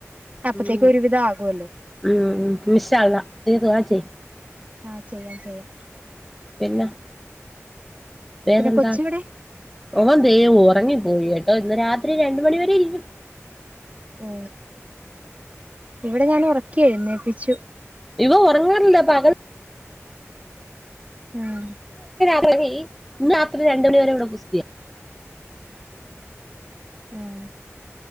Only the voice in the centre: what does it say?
ഉം
ഉം ഇൻഷാ അള്ളാ നീ ദുആ ചെയ്യ്
പിന്നെ വേറെന്താ
ഓൻ ദേ ഉറങ്ങിപ്പോയി കേട്ടോ ഇന്ന് രാത്രി രണ്ട മണിവരെ ഇരിക്കും
ഇവ ഉറങ്ങാർല്ലേ പകൽ
ന്ന് രാത്രി രണ്ട് മണി വരെള്ളൂ <inaudible>